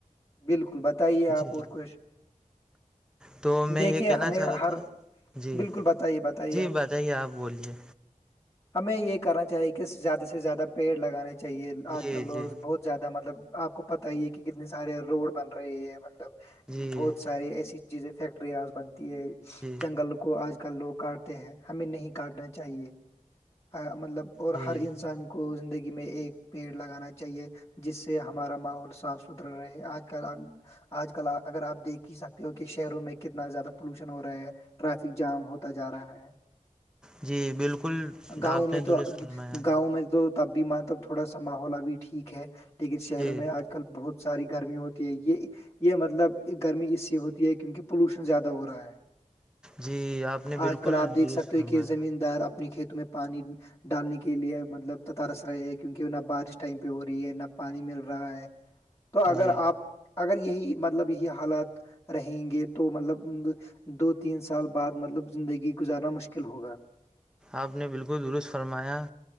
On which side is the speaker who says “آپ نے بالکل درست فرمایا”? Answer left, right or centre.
Centre